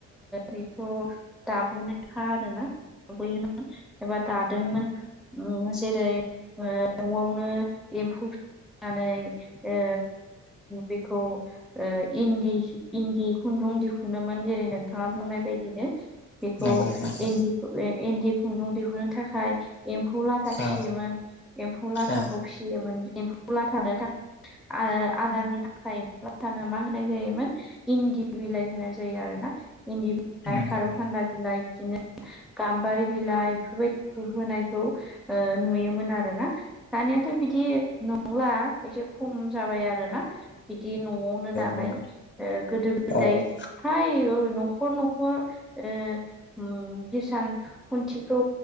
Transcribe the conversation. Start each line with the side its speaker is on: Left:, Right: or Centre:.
Centre: बेखौ दाबोनो ह आरो ना लाबोयोमोन एबा दादोंमोन ओ जेरै ओ न'आवनो एम्फौ फिनानै ओ बिखौ इन्दि इन्दि खुन्दुं दिहुनोमोन जेरै नोंथाङा बुंनाय बायदिनो बेखौ
Left: नंगौ नोंथां
Centre: इन्दि इन्दि खुन्दुं दिहुनो थाखाय एम्फौ ला फिसियोमोन
Left: औ
Centre: एम्फौ लाथाखौ
Left: औ
Centre: फिसियोमोन एम्फौ लाथानो थाखाय आ आदारनि थाखाय मा होनाय जायोमोन इन्दि बिलाइ होनाय जायो आरो ना इन्दि बिलाइ
Left: नंगौ
Centre: खारौ खान्दाय बिलाइ बिदिनो गाम्बारि बिलाइ बेफोरबायदिखौ होनायखौ नुयोमोन आरोना दानियाथ' बिदि नंला एसे खम जाबाय आरो ना बिदि न'आवनो दानाय
Left: नंगौ
Centre: गोदो गोदाय
Left: औ
Centre: फ्राय नखर-नखर ओ उम इसान खुनथिखौ